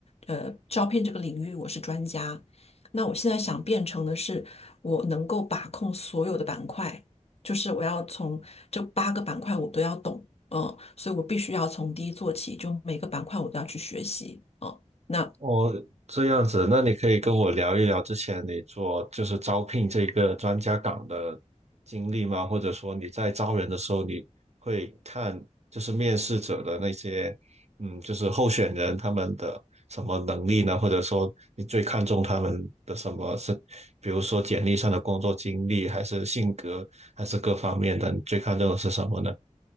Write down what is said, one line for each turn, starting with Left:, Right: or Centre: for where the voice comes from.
Left: 呃招聘这个领域我是专家。那我现在想变成的是，我能够把控所有的板块，就是我要从这八个板块我都要懂，嗯，所以我必须要从低做起，就每个板块我都要去学习，嗯。那
Right: 哦，这样子，那你可以跟我聊一聊之前你做就是招聘这个专家岗的经历吗？或者说你在招人的时候，你会看就是面试者的那些，嗯，就是候选人他们的什么能力呢？或者说你最看重他们的什么是，比如说简历上的工作经历，还是性格，还是各方面的，你最看重的是什么呢？